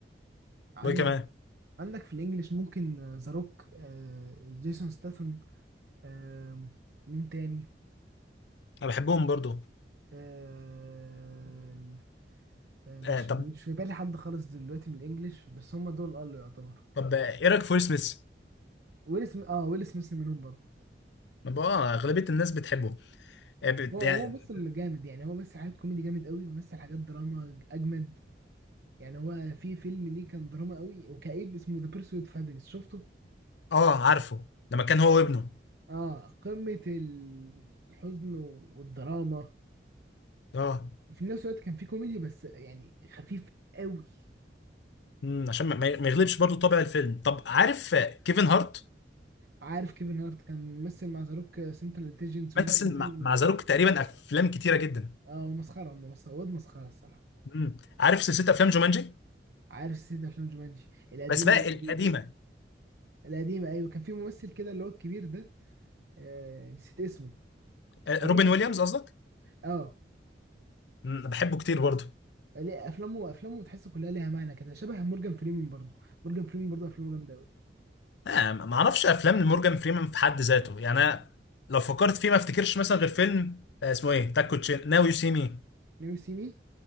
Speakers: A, on the right (about 65°); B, on the left (about 75°).
A: عندك
B: وايه كمان
A: عندك في الإنجليش ممكن ذا روك آه، جيسون ستاثام آم، مين تاني
B: انا بحبهم برضو
A: آم، آم، مش
B: آه طب
A: مش في بالي حد خالص دلوقتي من الانجليش بس هم دول قالوا يعتبر
B: طب آه، ايه رايك في ويل سميث
A: ويل سميث اه ويل سميث منهم برضه
B: ما بقى- اه اغلبيه الناس بتحبه آه بت-
A: هو هو
B: يعني
A: بس اللي جامد يعني هو مثل حاجات كوميدي جامد قوي ومثل حاجات دراما ج- اجمد يعني هو في فيلم ليه كان دراما قوي وكئيب اسمه ذا بيرسويت اوف هابينس شفته
B: اه عارفه لما كان هو وابنه
A: اه قمة ال- الحزن والدراما
B: اه
A: في نفس الوقت كان في كوميدي بس يعني خفيف قوي
B: امم، عشان ما ما ما يغلبش برضو طابع الفيلم طب عارف آه، كيفن هارت
A: عارف كيفن هارت كان ممثل مع زاروك سنترال انتليجنس وليه
B: مثل
A: كذا فيلم
B: مع مع ذا روك تقريبا افلام كتيره جدا
A: اه هو مسخره هم مسخره واد مسخره الصراحه
B: امم عارف سلسله افلام جومانجي
A: عارف سلسله افلام جومانجي القديمه
B: بس بقى
A: والجديده
B: القديمه
A: القديمه ايوه كان في ممثل كده اللي هو الكبير ده آه نسيت اسمه
B: آه،
A: اللي
B: روبن
A: هو كان
B: ويليامز قصدك
A: اه
B: امم، انا بحبه كتير برضو
A: ليه افلامه افلامه تحس كلها ليها معنى كده شبه مورجان فريمان برضو مورجان فريمان برضو افلامه جامده قوي
B: آه، ما اعرفش افلام لمورجان فريمان في حد ذاته يعني انا لو فكرت فيه ما افتكرش مثلا غير فيلم آه، اسمه ايه تاكو تشين ناو يو سي مي
A: ناو سي مي